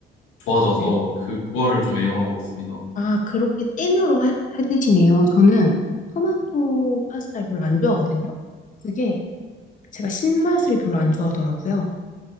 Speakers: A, on the left (about 90°); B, on the left (about 40°).
A: 좋아져서
B: 가요?
A: 그거를 좀 애용하고 있습니다.
B: 아, 그렇게 찐으로 하, 하시네요. 저는 토마토 파스타를 별로 안 좋아하거든요. 그게 제가 신맛을 별로 안 좋아하더라고요.